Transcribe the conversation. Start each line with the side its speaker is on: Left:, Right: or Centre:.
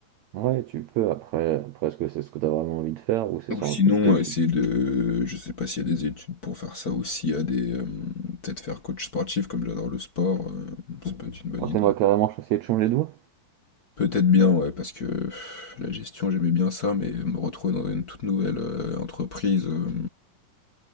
Right: Ouais, tu peux. Après, après est-ce que c'est ce que t'as vraiment envie de faire ou c'est sur
Left: ou sinon,
Right: un coup de tête
Left: heu,
Right: tu...
Left: essayer de je sais pas s'il y a des études pour faire ça aussi, à des, hem peut-être faire coach sportif comme j'adore le sport, heu, ça peut être une bonne
Right: Oh, t'aimerais
Left: idée.
Right: carrément essayer de changer de voie?
Left: Peut-être bien, ouais, parce que pff, la gestion, j'aimais bien ça, mais me retrouver dans une toute nouvelle euh, entreprise, euh,